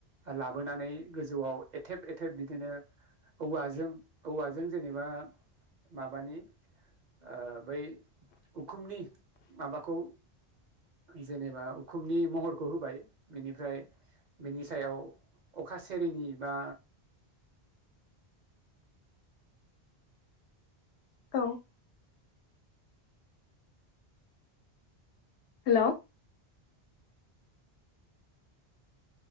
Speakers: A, on the right; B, on the left.
A: लाबोनानै गोजौआव एथेब एथेब बिदिनो औवाजों औवाजों जेनेबा माबानि ओ बै उखुमनि माबाखौ जेनेबा उखुमनि महरखौ होबाय बेनिफ्राय बिनि सायाव अखा सेरेनि बा
B: <inaudible> औ हेल'